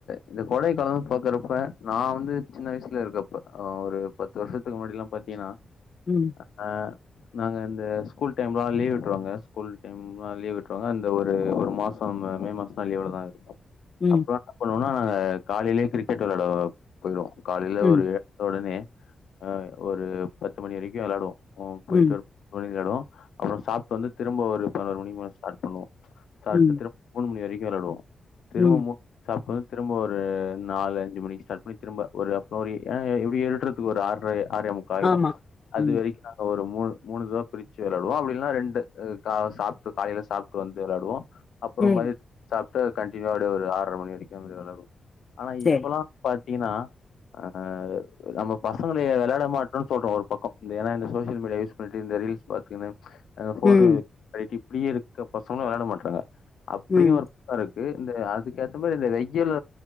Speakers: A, on the left (about 75°); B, on the left (about 40°).
A: இந்த கோடை காலோ பாக்குறப்ப நா வந்து சின்ன வயசுல இருக்கப்ப அ ஒரு பத்து வருஷத்துக்கு முன்னாடிலா பாத்தீங்கன்னா
B: ம்
A: ஆ நாங்க இந்த ஸ்கூல் டைம்லா லீவ் விட்டுருவாங்க ஸ்கூல் டைம்லா லீவ் விட்டுருவாங்க அந்த ஒரு ஒரு மா சோ மே மாஸ்ந்தா லீவ்ல தா
B: ம்
A: அப்பற என்ன பண்ணுவோனா நாங்க காலைலே கிரிக்கெட் வெளையாட போயிடுவோ காலைல
B: ம்
A: ஒரு உடனே அ ஒரு பத்து மணி வரைக்கு விளாடுவோ அ போயிட்டு
B: ம்
A: மணி ஆயிடு அப்பறோ சாப்ட்டு வந்து திரும்ப ஒரு பதினோரு மணிக்குமேல ஸ்டார்ட் பண்ணுவோ சாப்ட்டு
B: ம்
A: மூணு மணி வரைக்கு வெளையாடுவோ திரும்ப
B: ம்
A: மூண் சாப்ட்டு வந்து திரும்ப ஒரு நாலு அஞ்சு மணிக்கு ஸ்டார்ட் பண்ணி திரும்ப ஒரு அப்றோ ஒரு ஏ எப்டி எழ் ஒரு ஆற்ர ஆரேமுக்கா ஆயிடு
B: ஆமா
A: அது
B: ம்
A: வரைக்கு ஒரு மூணு மூணு இதுவா பிரிச்சு வெளையாடுவோ அப்டின்னா ரெண்டு கா சாப்ட்டு காலைல சாப்ட்டு வந்து வெளையாடுவோ அப்றோ
B: ம்
A: மதியத் துக் கண்டியூனிவா அப்டி ஒரு ஆறர மணி வரைக்கு அப்டி வெளையாடுவோ ஆனா
B: சரி
A: இப்பல்லா பாத்தீங்கன்னா ஆ நம்ம பசங்கள ஏ வெளையாட மாட்டோன் சொல்றோ ஒரு பக்கோ ஏனா இந்த சோசியல் மீடியா யூஸ் பண்ணிட்டு இந்த ரீல்ஸ் பாத்தீங்கன்னா அந்த ஃபோனு
B: ம்
A: <unintelligible> இப்டியே இருக்க பசங்களு வெளையாட மாட்றாங்க அப்டியு
B: ம்
A: ஒரு இருக்கு இந்த அதுக்கு ஏத்த மாரி இந்த வெய்யில்